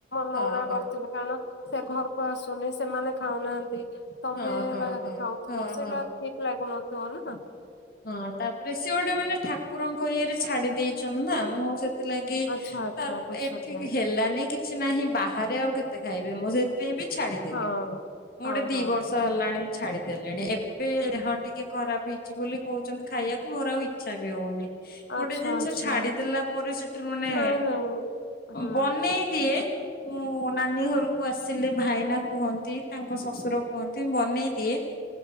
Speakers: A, on the left; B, on the left.
A: <unintelligible>
B: ହଁ ହଁ
A: କରିଥିବ। <unintelligible> ସେ ଘରକୁ ଆସୁନି ସେମାନେ ଖାଉନାହାନ୍ତି । ତମେ
B: ହଁ ହଁ
A: ବାହାରେ
B: ହଁ
A: ଖାଉଥିବ
B: ହଁ
A: ସେଇଟା
B: ହଁ।
A: ଠିକ ଲାଗୁନ। <unintelligible>
B: ହଁ ତାପରେ ସିଏ ଗୋଟେ ମାନେ ଠାକୁରଙ୍କ ଇଏରେ ଛାଡି ଦେଇ ଛନ୍ତି ନା ମୁଁ ସେ ଥି ଲାଗି
A: ଆଚ୍ଛା ଆଚ୍ଛା
B: ତ
A: ବୁଝିଲି
B: ଏଠି ହେଲାନି କି କିଛି ନାହିଁ ବାହାରେ ଆଉ କେତେ ଖାଇବେ ମୁଁ ସେଥିପାଇଁ ବି ଛାଡିଦେଲି
A: ହଁ
B: ମୁଁ
A: ହଁ
B: ଗୋଟେ ଦି
A: ହଁ
B: ବର୍ଷ ହେଲାଣି ଛାଡିଦେଲିଣି ଏବେ ଦେହ ଟିକେ ଖରାପ ହେଇଛି ବୋଲି କଉଛନ୍ତି ଖାଇବାକୁ ମୋର ଆଉ ଇଚ୍ଛା ବି ହଉନି।
A: ଆଚ୍ଛା
B: ଗୋଟେ ଜିନିଷ
A: ଆଚ୍ଛା
B: ଛାଡିଦେଲା ପରେ ସେଟାରୁ ମାନେ
A: ନାଇଁ ନାଇଁ ହୁଁ
B: ବନେଇ ଦିଏ। ମୁଁ ନାନୀ ଘରକୁ ଆସିଲେ ଭାଇନା କୁହନ୍ତି ତାଙ୍କ ଶ୍ୱଶୁର କୁହନ୍ତି ମୁଁ ବନେଇ ଦିଏ।